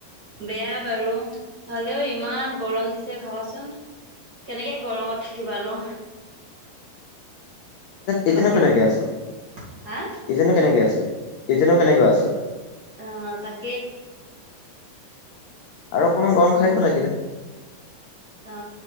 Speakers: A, on the right; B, on the left.
A: বেয়া বাৰু। হলেও ইমান গৰম দিছে ভাবাচোন। কেনেকে গৰমত থাকিবানো?
B: এতিয়া নো
A: সিজি
B: কেনেকে আছো?
A: হা
B: এতিয়া নো কেনেকে আছো? এতিয়ানো কেনেকৈ আছো?
A: অহ তাকে।
B: আৰু অকমান গৰম খাইতো লাগিলে।
A: অ